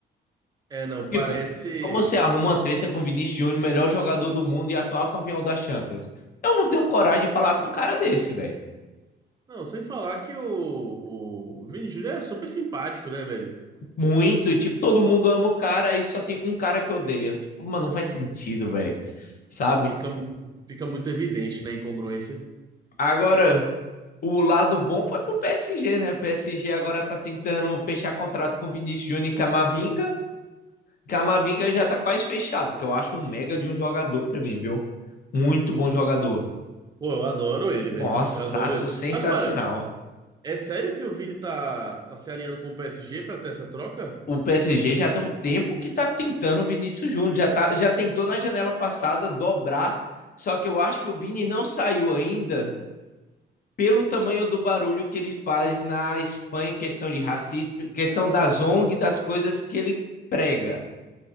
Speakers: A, on the right; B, on the left.
A: É, não,
B: Tipo,
A: parece.
B: como você arruma uma treta com o Vinícius Júnior, melhor jogador do mundo e atual campeão da Champions? Eu não tenho coragem de falar com um cara desse, velho.
A: Não, sem falar que o, o Vini Júnior é super simpático, né, velho?
B: Muito, tipo, todo mundo ama o cara e só tem um cara que odeia. Tipo, mano, não faz sentido, velho. Sabe?
A: Fica, fica muito evidente, né, a incongruência.
B: Agora, o lado bom foi pro PSG, né? O PSG agora tá tentando fechar contrato com o Vinícius Júnior e Camavinga. Camavinga já tá quase fechado, que eu acho um mega de um jogador pra mim, viu? Muito bom jogador.
A: Pô, eu adoro ele, velho.
B: Nossa,
A: Eu adoro
B: acho
A: ele.
B: sensacional.
A: Agora, é sério que o Vini tá, tá se alinhando com o PSG pra ter essa troca?
B: O PSG já tem um tempo que tá tentando o Vinícius Júnior, já, tá, já tentou na janela passada dobrar, só que eu acho que o Vini não saiu ainda pelo tamanho do barulho que ele faz na Espanha, questão de racismo, questão das ONG, das coisas que ele prega.